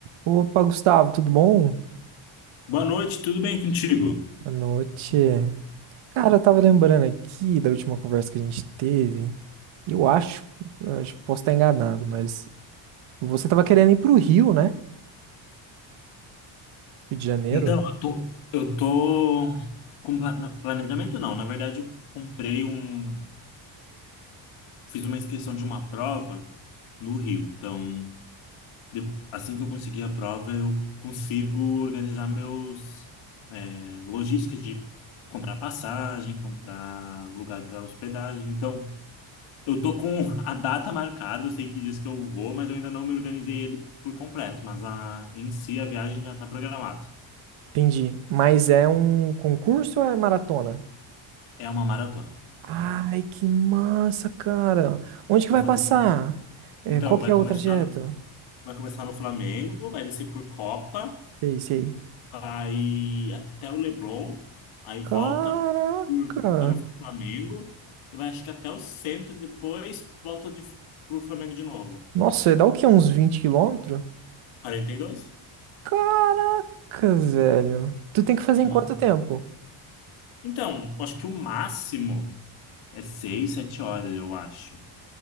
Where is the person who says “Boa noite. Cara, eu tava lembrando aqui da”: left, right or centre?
Right